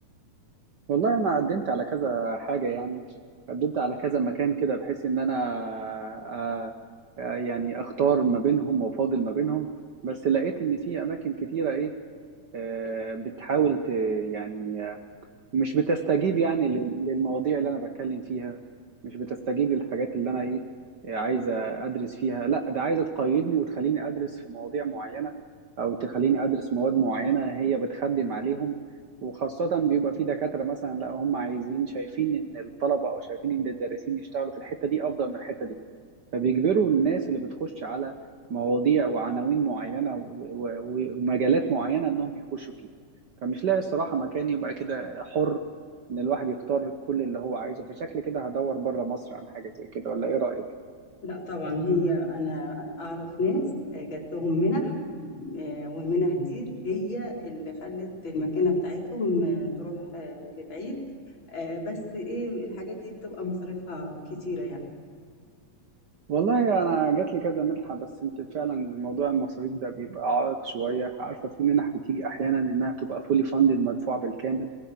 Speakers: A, on the right; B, on the left.
A: والله انا قدمت على كذا حاجة يعني قدمت على كذا مكان كده بحيث ان انا آه، آه، يعني اختار ما بينهم وافاضل ما بينهم بس لقيت ان في اماكن كتيرة ايه آه، بتحاول ت- يعني مش بتستجيب يعني لل- للمواضيع اللي انا بتكلم فيها مش بتستجيب للحاجات اللي انا ايه إيه عايزه ادرس فيها لا ده عايزه تقيدني وتخليني ادرس في مواضيع معينه او تخليني ادرس مواد معينه هي بتخدم عليهم وخاصه بيبقى في دكاتره مثلا لا هم عايزين شايفين ان الطلبه او شايفين ان الدارسين يشتغلوا في الحته دي افضل من الحته دي فبيجبروا الناس اللي بتخش على مواضيع وعناوين معينة و- و- ومجالات معينة إنهم يخشوا فيه فمش لاقي الصراحة مكان يبقى كده حر إن الواحد يختار كل اللي هو عايزه فشكل كده هدور بره مصر على حاجة زي كده ولا إيه رأيك؟
B: لأ طبعًا هي أنا أعرف ناس آآ جات لهم مِنَح آآ والمِنَح دي هي اللي خلّت المكانة بتاعتهم آه، تروح آه، لبعيد، آآ بس إيه، الحاجات دي بتبقى مصاريفها كتيرة يعني.
A: والله أنا جات لي كذا منحة بس أنت فعلا موضوع المصاريف ده بيبقى عائق شوية عارفة في منح بتيجي أحيانا إنها تبقى فولي فاندد مدفوعة بالكامل